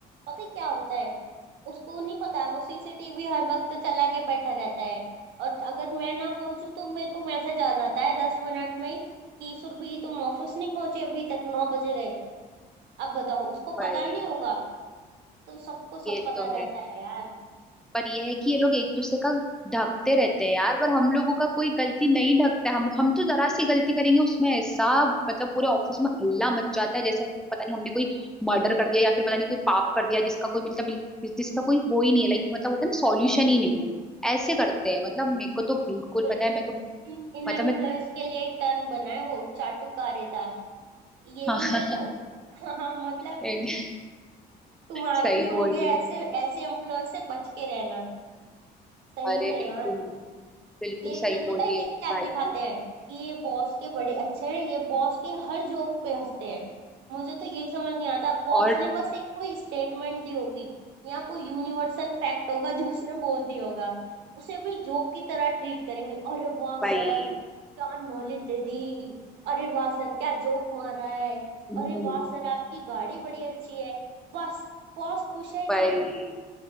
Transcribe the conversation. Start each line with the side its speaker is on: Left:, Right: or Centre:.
Right: पता है क्या होता है उसको नहीं पता वो सीसीटीवी हर वक्त चला के बैठा रहता है और अगर मैं ना पहुंचू तो मेरे को मैसेज आ जाता है दस मिनट में ही कि सुरभि तुम ऑफिस नहीं पहुंचे अभी तक नौ बज गए अब बताओ उसको
Centre: भाई
Right: पता नहीं होगा तो सबको सब
Centre: ये
Right: पता
Centre: तो
Right: रहता
Centre: है
Right: है यार
Centre: पर यह है कि ये लोग एक दूसरे का ढकते रहते हैं यार पर हम लोगों का कोई गलती नहीं ढकता हम हम तो जरा सी गलती करेंगे उसमें ऐसा मतलब पूरे ऑफिस में हल्ला मच जाता है जैसे पता नहीं हमने कोई मर्डर कर दिया या फिर पता नहीं कोई पाप कर दिया जिसका कोई मतलब बिल- जिसका कोई वो ही नहीं है लाइक मतलब होता है ना सॉल्यूशन ही नहीं है ऐसे करते हैं मतलब मेरे को तो बिल्कुल
Right: बिल्कुल
Centre: पता है मैं तो
Right: इन इन
Centre: मतलब
Right: एम्प्लॉयज
Centre: मैं
Right: के लिए एक टर्म बना है वो चाटुकारिता यही
Centre: हाँ
Right: है वो <laughs> हाँ मतलब
Centre: <laughs>
Right: तुम्हारे
Centre: सही
Right: भी हो
Centre: बोल
Right: गए
Centre: रही
Right: ऐसे ऐसे एम्प्लॉयर से बच के रहना सही
Centre: अरे
Right: में
Centre: बिल्कुल
Right: यार
Centre: बिल्कुल
Right: ये
Centre: सही
Right: ये पता
Centre: बोल रही
Right: है क्या
Centre: है
Right: क्या
Centre: भाई
Right: दिखाते
Centre: तू।
Right: हैं कि ये बॉस के बड़े अच्छे हैं ये बॉस के हर जोक पे हंसते हैं मुझे तो यही समझ नहीं आता बॉस
Centre: और
Right: ने बस एक कोई स्टेटमेंट दी होगी या कोई यूनिवर्सल फैक्ट होगा जो उसने बोल दिया होगा उसे भी जोक की तरह ट्रीट करेंगे अरे वाह
Centre: भाई
Right: सर क्या नॉलेज दे दी अरे वाह सर क्या जोक मारा है
Centre: हम्म,
Right: अरे वाह सर आपकी गाड़ी बड़ी अच्छी है बस बॉस खुश है इसमें
Centre: भाई